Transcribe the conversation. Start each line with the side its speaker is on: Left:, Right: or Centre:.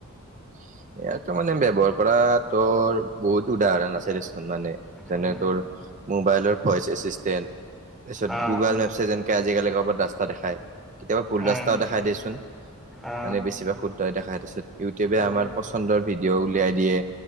Right: এ ত মানে ব্যৱহাৰ কৰা তৰ বহুত উদাহৰণ আছে মানে যেনে
Centre: উম
Right: তোৰ মোবাইলৰ ভইচ এছিষ্টেণ। তাৰপিছত
Centre: অ
Right: গুগল মেপছেই যেনেকে আজি আজিকালি ক'ৰবাত ৰাস্তা দেখাই, কেতিয়াবা ভুল
Centre: উম
Right: ৰাস্তাও দেখাই দিয়েচোন,
Centre: অ
Right: মানে বেছিভাগ শুদ্ধই দেখাই তাৰপিছত ইউটিউবে
Centre: উম
Right: আমাৰ পচন্দৰ ভিডিঅ' উলিয়াই দিয়ে,